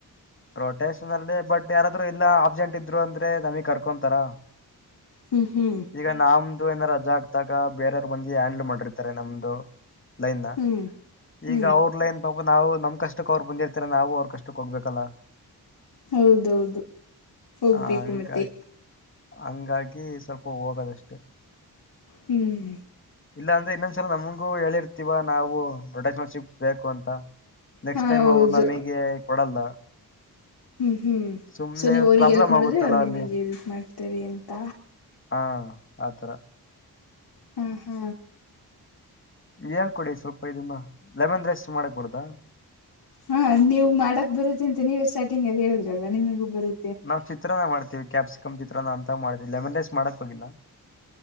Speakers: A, on the left; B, on the left.
A: ಪ್ರೊಟೆಸ್ನ್ ಅಲ್ಲಿ ಬಟ್ ಯಾರಾದ್ರರು ಇಲ್ಲಾ ಅಬ್ಸೆಂಟ್ ಇದ್ರು ಅಂದ್ರೆ ನಮಿಗ್ ಕರ್ಕೊಂತಾರ
B: ಹ್ಮ್ ಹ್ಮ್
A: ಈಗ ನಾಮ ಇದು ಏನಾರ ರಜಾ ಆಗ್ತಾಗ ಬೇರೆಯವರು ಬಂದ ಹ್ಯಾಂಡಲ್ ಮಾಡಿರ್ತಾರೆ ನಮ್ದು ಲೈನ್
B: ಹ್ಮ್ ಹ್ಮ್
A: ಈಗ ಅವ್ರ ಲೈನ್ ಪಾಪ ನಾವು ನಮ್ ಕಷ್ಟಕ್ ಅವರ್ ಬಂದಿರ್ತಿ ಈ ನಾವು ಅವ್ರ ಕಷ್ಟಕ್ಕೆ ಹೋಗ್ಬೇಕಲ್ಲ
B: ಹೌದೌದು ಹೋಗ್ಬೇಕು
A: ಹಂಗಾಗಿ
B: ಮತ್ತೆ
A: ಹಂಗಾಗಿ ಸ್ವಲ್ಪ ಹೋಗದಷ್ಟೆ
B: ಹ್ಮ್
A: ಇಲ್ಲ ಅಂದ್ರೆ ಇನ್ನೊಂದ್ಸಲ ನಮಗೂ ಹೇಳಿರ್ತಿೀವ ನಾವು ರೊಟೇಶನ್ಶಿಪ್ ಬೇಕು ಅಂತ ನೆಕ್ಸ್ಟ್
B: ಹಾ
A: ಟೈಮ್
B: ಹೌದು
A: ಅವವು ನಮಗೆ ಕೊಡಲ್ಲ
B: ಹ್ಮ್ ಹ್ಮ್
A: ಸುಮ್ನೆ
B: ಸೊ ನೀವ್ ಅವ್ರಿಗೆ
A: ಪ್ರಾಬ್ಲಮ್
B: ಎಲ್ಪ್ ಮಾಡುದ್ರಿ
A: ಆಗುತ್ತಲ್ಲ
B: ಅವ್ರು ನಿಮಗ್
A: ಅಲ್ಲಿ
B: ಎಲ್ಪ್ ಮಾಡ್ತರಿ ಎಂತ
A: ಹಾ ಆಥರ
B: ಹ್ಮ ಹಾ
A: ಹೇಳ್ಕೊಡಿ ಸ್ವಲ್ಪ ಇದನ್ನ ಲೆಮನ್ ರೈಸ್ ಮಾಡಕ್ಬಡದಾ
B: ಹಾ ನೀವ್ ಮಾಡಕ್ ಬರುತ್ತಿ ಅಂತ ನೀವೇ ಸ್ಟಾರ್ಟಿಂಗ್ ಅಲ್ಲಿ ಹೇಳುದ್ರಲ್ಲ ನಿಮಗೂ ಬರುತ್ತ
A: ನಾವವು ಚಿತ್ರನ ಮಾಡ್ತೀವಿ ಕ್ಯಾಪ್ಸಿಕಮ್ ಚಿತ್ರಾನ ಅಂತ ಮಾಡ್ತೀವಿ ಲೆಮನ್ ರೈಸ್ ಮಾಡಕ್ ಹೋಗಿಲ್ಲ